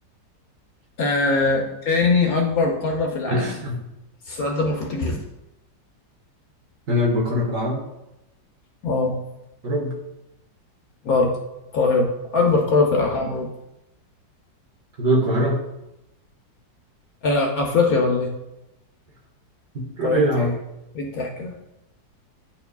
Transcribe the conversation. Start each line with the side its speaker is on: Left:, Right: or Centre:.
Left: آه تاني اكبر قارة في العالم
Right: <laughs>
Left: السؤال ده المفروض تجيبه
Right: من البقرة في العالم
Left: اه
Right: اوروبا
Left: غلط القاهرة اكبر قارة في العالم اوروبا
Right: تقول القاهرة
Left: آه افريقيا ولا ايه
Right: تقول
Left: قاهرة
Right: ايه يا عم
Left: ايه ايه الضحك ده